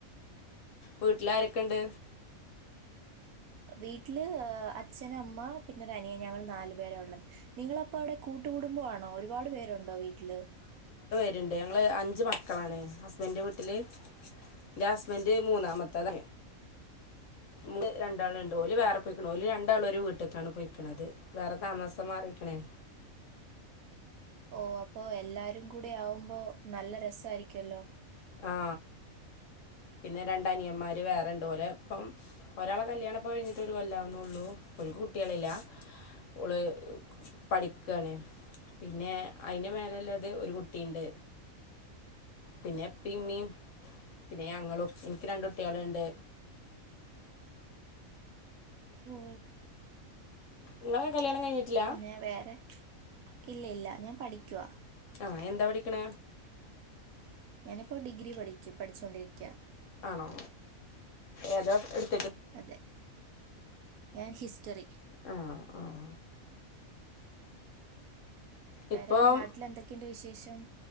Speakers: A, on the left; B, on the right.
A: വീട്ടില ക്കണ്ട്
B: വീട്ടില് അച്ഛന മ്മ പിന്നെ ഒരു അനിയൻ ഞങ്ങൾ നാല് പേര ഉള്ളത് നിങ്ങള അപ്പ അവിടെ കൂട്ടുകുടുമ്പാണോ ഒരുപാട് പേരുണ്ടോ വീട്ടില്
A: ണ്ട് ഞങ്ങൾ അഞ്ച് മക്കളാണ് ഹസ്ബൻന്റെ വീട്ടിൽ എന്റെ ഹസ്ബൻഡ് മൂന്നാമ <unintelligible> ണ്ട് രണ്ടാള്ണ്ട് ഓല് വേറെ പോയിക്ക്‌ണ് ഓല് രണ്ടാളും ഒരു വീട്ട്ക്കാണ് പൊയിക്കണത് വേറെ താമസം മാറിക്ക്‌ണേഓ
B: ഓ അപ്പൊ എല്ലാരും കൂടെ ആവുമ്പോ നല്ല രസായിരിക്കല്ലോ
A: ആ പിന്നെ രണ്ട് അനിയന്മാര് വേറെണ്ട് ഓലെപ്പം ഒരാളെ കഴിഞ്ഞിട്ട് പ്പം ഒരു കൊല്ലാവുന്നേ ള്ളൂ ഓല്ക്ക്‌ കുട്ട്യാളില്ല ഓള് പഠിക്കാണ് പിന്നെ അയിന്റെ മേലുള്ളത് ഒരു കുട്ടിണ്ട് പിന്നെ പ്പ മ്മീം പിന്നെ ഞങ്ങളും ന്ക്ക് രണ്ട് കുട്ട്യാള്ണ്ട്
B: ഓ
A: നിങ്ങളെ കല്യാണം കഴിഞ്ഞിട്ടില്ല
B: പിന്നെ വേറെ ഇല്ലയില്ല ഞാൻ പഠിക്കുവാ
A: ആഹ് എന്താ പഠിക്കണെ
B: ഞാനിപ്പോ ഡിഗ്രി പഠിചു പഠിച്ചുകൊണ്ടിരിക്കയാ
A: ആണോ ഏതാ എടു
B: അതെ ഞാൻ ഹിസ്റ്ററി
A: ആഹ് ആഹ്
B: വേറെ
A: ഇപ്പം
B: നാട്ടിൽ എന്തൊക്കെയുണ്ട് വി ശേഷം